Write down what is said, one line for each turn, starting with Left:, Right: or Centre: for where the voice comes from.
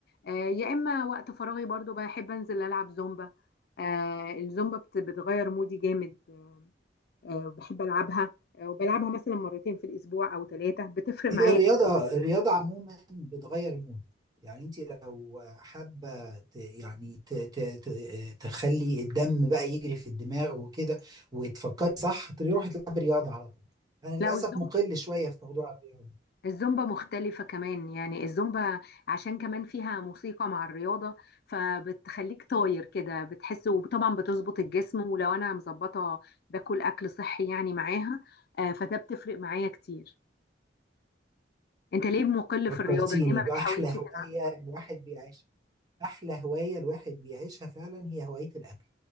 Left: آه، يا اما وقت فراغي برضو بحب انزل العب زومبا آه، الزومبا بت- بتغير مودي جامد آه، بحب العبها آه، وبلعبها مثلا مرتين في الاسبوع او ثلاثه بتفرق معايا
Right: هي الرياضة الرياضة عموما بتغير المود يعني انت لو حابة ت- يعني ت- ت- ت- تخلي الدم بقى يجري في الدماغ وكده وتفكري صح تروحي تلعبي رياضة على طول انا للأسف
Left: لو الزومبا
Right: مقل شوية في موضوع الرياضة
Left: الزومبا مختلفة كمان يعني الزومبا عشان كمان فيها موسيقى مع الرياضة فبتخليك طاير كده بتحس وطبعا بتظبط الجسم ولو أنا مظبطة باكل أكل صحي يعني معاها آه، فده بتفرق معايا كتير أنت ليه مقل
Right: فكرتيني
Left: في الرياضة ليه ما
Right: بأحلى
Left: بتحاولش
Right: هواية
Left: تلعب
Right: الواحد بيعيشها احلى هوايه الواحد بيعيشها فعلا هي هوايه الاكل